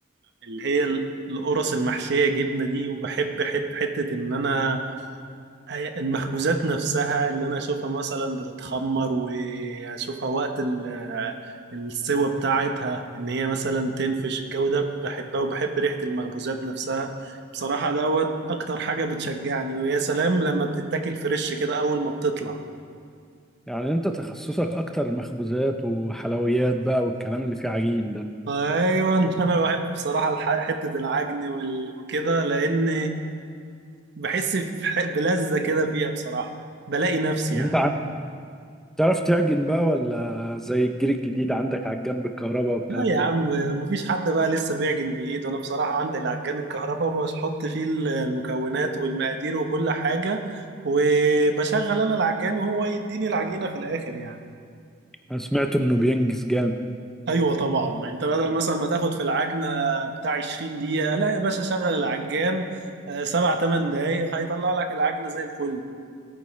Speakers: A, on the right (about 60°); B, in the centre.
A: اللي هي ال- القرص المحشيه جبنه دي وبحب حت- حته ان انا هي- المخبوزات نفسها اللي انا اشوفها مثلا بتتخمر واشوفها وقت ال- السوى بتاعتها ان هي مثلا تنفش الجو ده بحبها وبحب ريحة المخبوزات نفسها بصراحة دوت اكتر حاجة بتشجعني ويا سلام لما بتتاكل فريش كده اول ما بتطلع
B: يعني انت تخصصك اكتر مخبوزات وحلويات بقى والكلام اللي فيه عجين ده
A: ايوه <laughs> انا بحب بصراحة الح- حتة العجن وال- وكده لان بحس في- بلذة كده فيها بصراحة بلاقي نفسي
B: طب
A: يعني
B: انت ع- بتعرف تعجن بقى ولا زي الجيل الجديد عندك عجان بالكهرباء والكلام
A: لا يا
B: ده
A: عم مفيش حد بقى لسه بيعجن بايده انا بصراحه عندي العجان الكهرباء بحط فيه المكونات والمقادير وكل حاجه وبشغل انا العجان وهو يديني العجينه في الاخر يعني
B: انا سمعت انه بينجز جامد
A: ايوه طبعا انت بدل مثلا ما تاخد في العجنه بتاع 20 دقيقه لا يا باشا شغل العجان آه، سبع تمن دقايق هيطلع لك العجنه زي الفل